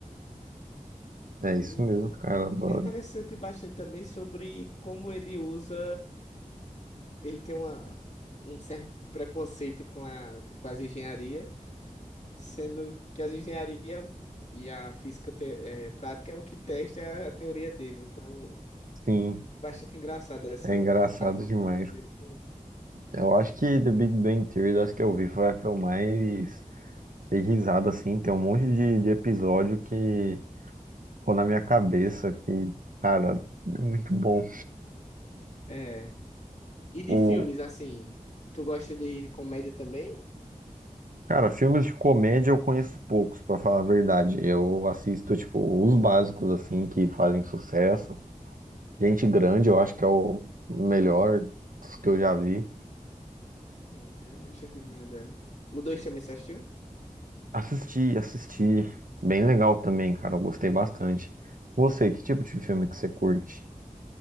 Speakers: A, on the right (about 75°); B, on the left (about 55°).
A: É
B: E
A: isso mesmo, cara. Adoro.
B: é interessante bastante também sobre como ele usa. Ele tem uma, um certo preconceito com a, com as engenharia, sendo que as engenharia e a física te- eh, prática é o que testa a teoria dele. Então,
A: Sim,
B: é bastante engraçado essa
A: é engraçado
B: abordagem
A: demais.
B: dele com.
A: Eu acho que The Big Bang Theory, das que eu vi, foi a que eu mais dei risada, assim. Tem um monte de, de episódio que ficou na minha cabeça, que, cara, é muito bom.
B: É. E de
A: O,
B: filmes, assim, tu gosta de comédia também?
A: Cara, filmes de comédia eu conheço poucos, pra falar a verdade. Eu assisto, tipo, os básicos, assim, que fazem sucesso. Gente Grande, eu acho que é o melhor dos que eu já vi.
B: Uhum, gente indignada. O 2 também você assistiu?
A: Assisti, assisti. Bem legal também, cara. Eu gostei bastante. Você, que tipo de filme que você curte?